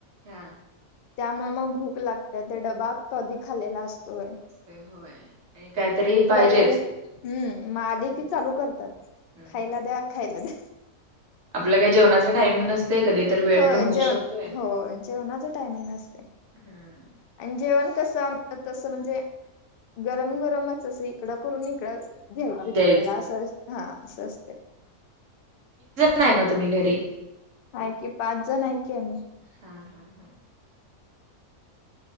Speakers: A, on the right; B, on the left.
A: हा.
B: त्यामुळं मग भूक लागते ते डबा कधी खालेला अस तोय
A: असतय होय आणि काहीतरी
B: भूक
A: पाहिजेच
B: लागलेले हम्म. मग आली
A: हम्म
B: की चालू करतात
A: हम्म
B: खायला द्या खायला द्या.
A: आपलं काय जेवणाच टाइमिंग नसतयं कधी तर वेळ
B: होय
A: पण होऊ
B: जेवण
A: शकतोय.
B: हो जेवणाच टायमिंग नसतयं.
A: हम्म.
B: आणि जेवण कसं आमच तसं म्हणजे गरम गरमच असं इकडं करून इकडं घेवतो
A: द्यायच
B: जेवायला असं हा असं असतंय.
A: न आहे मग तुम्ही घरी?
B: आहे की पाच जण आहे की आम्ही.
A: हा हा हा